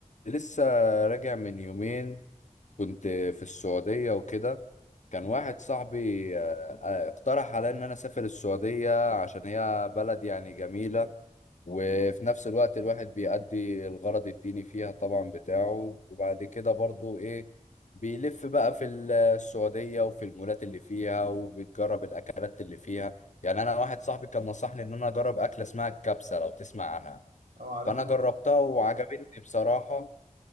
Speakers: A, on the left; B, on the right.
A: لسه راجع من يومين كنت في السعودية وكده كان
B: مم.
A: واحد صاحبي آه، آه، اقترح عليا ان انا اسافر السعودية عشان هي بلد يعني جميلة وفي نفس الوقت الواحد بيأدي الغرض الديني فيها طبعا بتاعه وبعد كده برضو ايه بيلف بقى في السعودية وفي المولات اللي فيها وبيجرب الأكلات اللي فيها يعني أنا واحد صاحبي كان نصحني إن أنا أجرب أكلة اسمها الكبسة لو تسمع عنها
B: اه عارفها
A: فأنا جربتها وعجبتني بصراحة